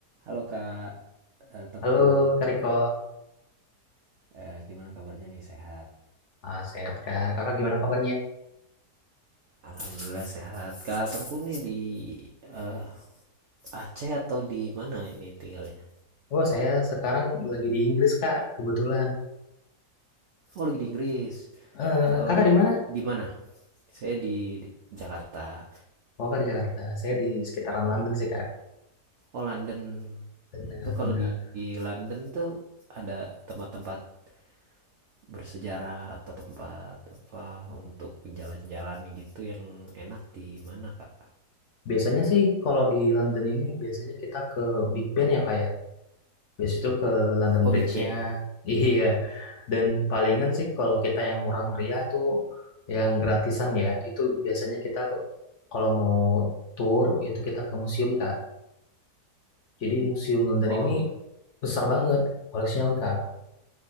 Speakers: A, on the right; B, on the left.
A: Halo Kak eh, Tengku,
B: Halo Kak Riko,
A: Eh, gimana kabarnya nih? Sehat?
B: ah, sehat Kak. Kakak gimana kabarnya?
A: Alhamdulillah sehat. Kak Tengku nih di eh, Aceh atau di mana ini tinggalnya?
B: Oh saya sekarang lagi di Inggris Kak, kebetulan.
A: Oh lagi di Inggris.
B: Eh,
A: Eh,
B: kakak di
A: di,
B: mana?
A: di mana? Saya di, di Jakarta.
B: Oh Kak di Jakarta. Saya di sekitaran London sih Kak.
A: Oh London.
B: Benar-benar.
A: Tuh kalau di, di London tuh ada tempat-tempat bersejarah atau tempat apa untuk jalan-jalan gitu yang enak di mana Kak?
B: Biasanya sih kalau di London ini biasanya kita ke Big Ben ya Kak ya. Biasa itu ke London
A: Oh
B: Bridge-nya.
A: Big Bang.
B: <laughs> Iya. Dan palingan sih kalau kita yang murah meriah tuh yang gratisan ya. Itu biasanya kita kalau mau tour itu kita ke museum Kak. Jadi Museum London
A: Oh,
B: ini besar banget, koleksinya lengkap.